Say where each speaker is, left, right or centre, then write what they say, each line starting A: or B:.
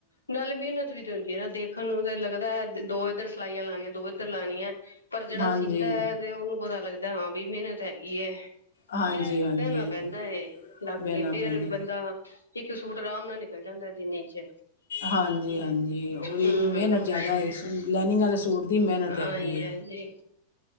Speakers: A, on the left; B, on the left.
A: ਨਾਲੇ ਮਿਹਨਤ ਵੀ ਤੇ ਹੁੰਦੀ ਐ ਨਾ ਦੇਖਣ ਨੂੰ ਤੇ ਲੱਗਦਾ ਦੋ ਇੱਧਰ ਸਿਲਾਈਆਂ ਲਾਣੀਆਂ। ਦੋ ਇੱਧਰ ਲਾਣੀ ਐ ਪਰ ਜਿਹੜਾ
B: ਹਾਂਜੀ
A: ਸਿੰਦਾ ਤੇ ਉਹਨੂੰ ਪਤਾ ਲੱਗਦਾ ਹਾਂ ਵੀ ਮਿਹਨਤ ਹੈਗੀ ਐ।
B: ਹਾਂਜੀ
A: ਬਹਿ ਕੇ
B: ਹਾਂਜੀ
A: ਬਹਿਣਾ
B: ਹਾਂਜੀ
A: ਪੈਂਦਾ ਹੈ ਲੱਗ
B: ਬਹਿਣਾ
A: ਕੇ ਫੇਰ
B: ਪੈਂਦਾ
A: ਬੰਦਾ। ਇੱਕ ਸੂਟ ਆਰਾਮ ਨਾਲ ਨਿਕਲ ਜਾਂਦਾ ਦਿਨ ਵਿੱਚ।
B: ਹਾਂਜੀ-ਹਾਂਜੀ, ਉਹਦੀ
A: ਹਮ
B: ਮਿਹਨਤ ਜ਼ਿਆਦਾ ਹੈ। ਲੈਨਿੰੰਗ ਆਲੇ ਸੂਟ ਦੀ ਮਿਹਨਤ
A: ਹਾਂਜੀ
B: ਹੈਗੀ ਐ।
A: ਹਾਂਜੀ